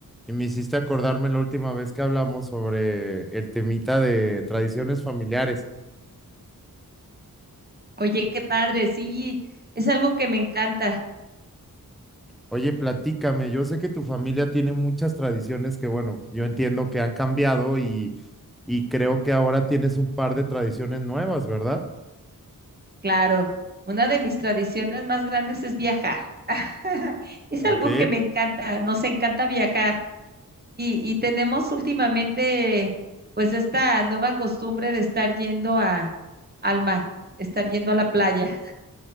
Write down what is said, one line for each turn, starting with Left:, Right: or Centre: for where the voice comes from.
Centre: y me hiciste acordarme la última vez que hablamos sobre el temita de tradiciones familiares.
Right: Oye, qué padre, sí, es algo que me encanta,
Centre: Oye, platícame, yo sé que tu familia tiene muchas tradiciones que, bueno, yo entiendo que han cambiado y, y creo que ahora tienes un par de tradiciones nuevas, ¿verdad?
Right: claro. Una de mis tradiciones más grandes es viajar. <laughs> Es
Centre: Ok.
Right: algo que me encanta, nos encanta viajar. Y, y tenemos últimamente, pues, esta nueva costumbre de estar yendo a, al mar, estar yendo a la playa